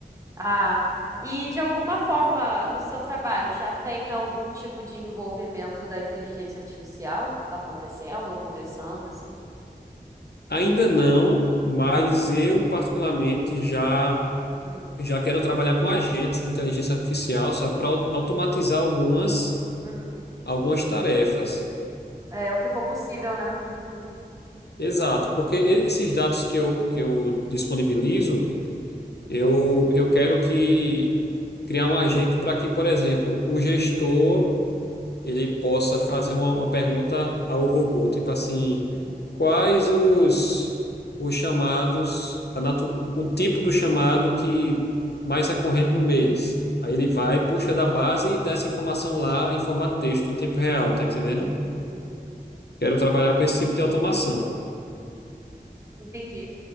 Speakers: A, on the right; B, on the left.
A: Ah, e de alguma forma, no seu trabalho, já tem algum tipo de envolvimento da inteligência artificial acontecendo ou começando, assim?
B: Ainda não, mas eu particularmente já
A: Uhum,
B: já quero trabalhar com agentes de inteligência artificial só para automatizar algumas
A: uhum.
B: algumas tarefas.
A: É o que for possível, né? Uhum,
B: Exato, porque e- esses dados que eu, que eu disponibilizo Eu, eu quero que criar um agente para que, por exemplo, o gestor ele possa fazer uma, uma pergunta ao robô, tipo assim,
A: uhum,
B: quais os, os chamados, a natu, o tipo do chamado que mais é corrente no mês. Aí ele vai, puxa da base e dá essa informação lá em formato texto, em tempo real, tá entendendo?
A: uhum.
B: Quero trabalhar com esse tipo de automação.
A: Entendi.